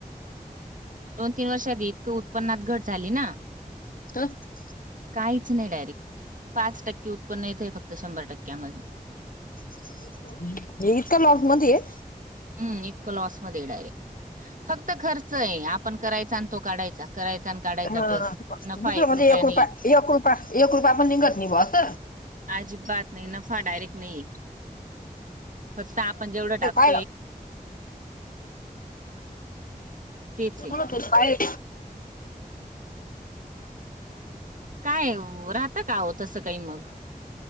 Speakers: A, on the right; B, on the left.
A: दोन तीन वर्ष आध इतक उत्पन्ना घट झाली ना.
B: तात.
A: काहीच नाही डायरेक्ट पाच टक्के उत्पन्न येत आहे फक्त शंभर टक्क्यामधल.
B: <unintelligible> इतका लॉसमध्ये.
A: हम् इतकं लॉसमध्ये आहे डायरेक्ट. फक्त खर्च आहे आपण करायचा तो काढाचा करायचा. काढायचा
B: ह
A: बस
B: दुसरं
A: नफा
B: म्हणजे
A: रुपया
B: एक
A: नाही
B: रुप एक रुपय एक रुपयया पण लिघत नाही बस.
A: अजिब बात नाही नफा डायरेक्ट नाही फक्त आपण जेवढं टाकत
B: हॅलो.
A: तेच आहे
B: पा पाहिे.
A: काय राहत का हो तसं काही मग?